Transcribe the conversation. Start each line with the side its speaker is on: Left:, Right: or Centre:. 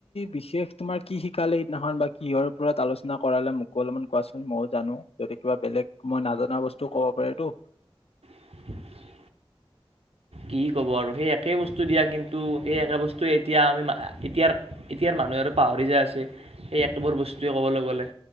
Left: বিশেষ তোমাৰ কি শিকালে সিদিনাখন বা কিহৰ ওপৰত আলোচনা কৰালে মোকো অলপমান কোৱাচোন মইও জানো যদি কিবা বেলেগ মই নাজানা বস্তু ক'ব পাৰেতো।
Right: <inaudible> কি ক'ব আৰু সেই একেই বস্তু দিয়া কিন্তু সেই একে বস্তুৱে এতিয়া আমি এতিয়াৰ এতিয়াৰ মানুহে আৰু পাহৰি যায় আছে, সেই একেবোৰ বস্তুৱে ক'বলৈ গ'লে।